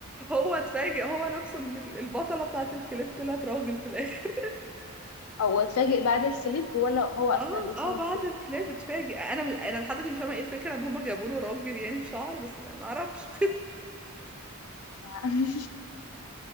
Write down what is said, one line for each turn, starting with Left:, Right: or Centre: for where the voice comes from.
Centre: هو اتفاجئ هو نفسه ان ال- البطله بتاعت الكليب طلعت راجل في الاخر <laughs>
Left: او اتفاجئ بعد الكليب ولا هو اثناء
Centre: اه
Left: بيصور
Centre: اه بعد
Left: كليب
Centre: الكليب اتفاجئ انا انا لحد دلوقتي مش فاهمه ايه الفكره ان هم جابوا له راجل يعني بشعر بس ما ما اعرفش
Left: يعني <laughs>